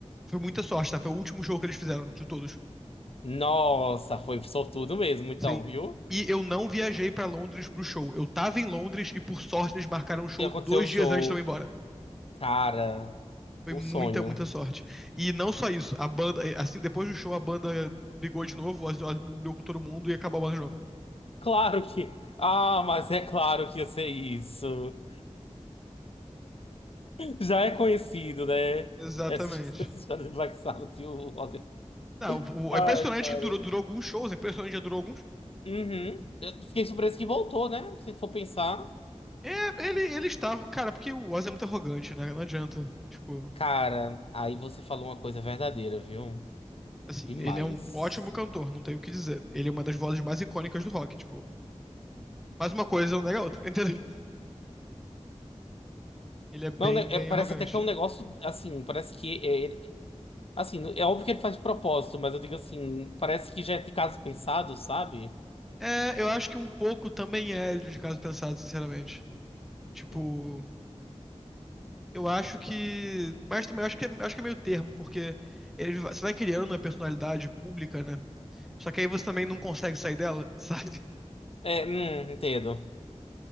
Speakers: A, in the centre; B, on the left.
A: Foi muita sorte, tá? Foi o último show que eles fizeram, de todos.
B: Nossa, foi sortudo mesmo, então,
A: Sim.
B: viu?
A: E eu não viajei pra Londres pro show. Eu tava em Londres e, por sorte, eles marcaram o show
B: E aconteceu
A: dois
B: o show.
A: dias antes de eu ir embora.
B: Cara,
A: Foi
B: o
A: muita,
B: sonho.
A: muita sorte. E não só isso, a banda, eh, assim, depois do show, a banda brigou de novo, o Ozzy Osbourne brigou com todo mundo e acabou a banda de novo.
B: Claro que. Ah, mas é claro que ia ser isso. Já é conhecido, né?
A: Exatamente.
B: Essa his- <laughs> essa história do Black Sabbath e o Ozzy.
A: Não, o- o-
B: Ai,
A: é impressionante
B: cara.
A: que durou, durou alguns shows, é impressionante que já durou alguns.
B: Uhum. Eu fiquei surpreso que voltou, né? Se for pensar.
A: É, ele, ele estava, cara, porque o Ozzy é muito arrogante, né? Não adianta. Tipo,
B: Cara, aí você falou uma coisa verdadeira, viu?
A: assim,
B: Demais.
A: ele é um ótimo cantor, não tem o que dizer. Ele é uma das vozes mais icônicas do rock, tipo. Mas uma coisa não nega a outra, <laughs> entendeu? Ele é bem,
B: Não, né,
A: bem
B: é- parece
A: arrogante.
B: até que é um negócio assim, parece que é, Assim, é óbvio que ele faz de propósito, mas eu digo assim, parece que já é de caso pensado, sabe?
A: É, eu acho que um pouco também é de caso pensado, sinceramente. Tipo,
B: Hum.
A: Eu acho que. Mas também eu acho que, é- acho que é meio termo, porque ele, va- você vai criando uma personalidade pública, né? Só que aí você também não consegue sair dela, <laughs> sabe?
B: É, hum, entendo.